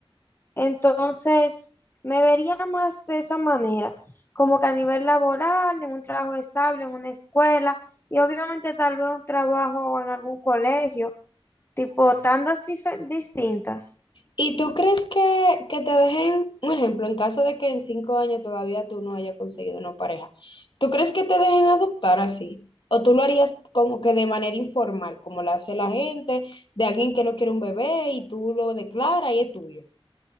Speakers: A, on the left (about 25°); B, on the left (about 60°).
A: Entonces, me vería más de esa manera, como que a nivel laboral, en un trabajo estable, en una escuela y obviamente tal vez un trabajo en algún colegio, tipo tandas dife- distintas.
B: ¿Y tú crees que, que te dejen, un ejemplo, en caso de que en cinco años todavía tú no hayas conseguido una pareja, ¿tú crees que te dejen adoptar así? ¿O tú lo harías como que de manera informal, como lo hace la gente, de alguien que no quiere un bebé y tú lo declaras y es tuyo?